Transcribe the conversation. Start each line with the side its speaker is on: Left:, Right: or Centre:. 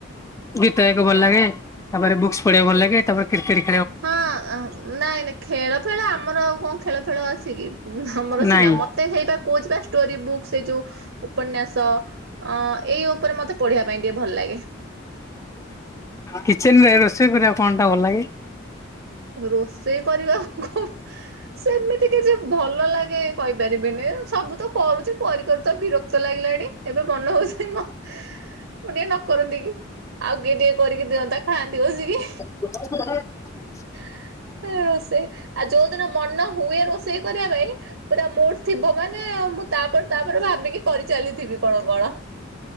Left: ଗୀତ ଗାଇବା ଭଲ ଲାଗେ ତାପରେ ବୁକ୍ସ ପଢେଇକୁ ଭଲ ଲାଗେ ତାପରେ କ୍ରିକେଟ ଖେଳି
Right: ହଁ ନାଇଁ ନାଇ ଖେଳ ଫେଳ ଆମର ଆଉ କଣ ଖେଳ ଫେଳ ଅଛି କି ଆମର ସିନା
Left: ନାଇଁ
Right: ମତେ ହେଇବା କୁହୁଚି ବା ଷ୍ଟୋରି ବୁକ୍ ସେ ଯୋଉ ଉପନ୍ୟାସ ଅ ଏଇ ଉପରେ ମତେ ପଢିବା ପାଇଁ ଟିକେ ଭଲ ଲାଗେ।
Left: କିଚେନରେ ରୋଷେଇ କରିବାକୁ କଣ ଟା ଭଲ ଲାଗେ?
Right: <inaudible> ରୋଷେଇ କରିବାକୁ କ ସେମିତି କିଛି ଭଲ ଲାଗେ କହିପାରିବିନି। ସବୁ ତ କରୁଚି କରି କରି ତ ବିରକ୍ତ ଲାଗିଲାଣି, ଏବେ ମନ ହଉଚି ମ ମୁଁ ଟିକେ ନ କରନ୍ତି କି ଆଉ କିଏ ଟିକେ କରିକି ଦିଅନ୍ତା, ଖାଆନ୍ତି ବସିକି।
Left: <inaudible>
Right: <inaudible> ରୋଷେଇ ଆଉ ଯୋଉ ଦିନ ମନ ହୁଏ ରୋଷେଇ କରିବା ପାଇଁ ପୁରା ମୁଡ ଥିବ ମାନେ ମୁଁ ତାପରେ ତାପରେ ଭାବିକି କରିଚାଲିଥିବି କଣ କଣ।